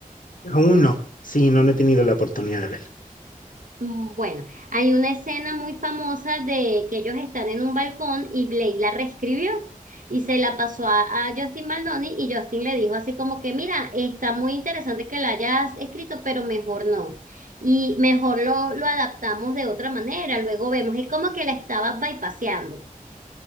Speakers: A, on the left; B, on the right.
A: Aún no. Sí, no, no he tenido la oportunidad de ver.
B: Mm, Bueno, hay una escena muy famosa de que ellos están en un balcón y Blade la reescribió y se la pasó a, a Justin Baldoni y Justin le dijo así como que, mira, está muy interesante que la hayas escrito, pero mejor no. Y mejor lo, lo adaptamos de otra manera, luego vemos, es como que la estaba bypaseando.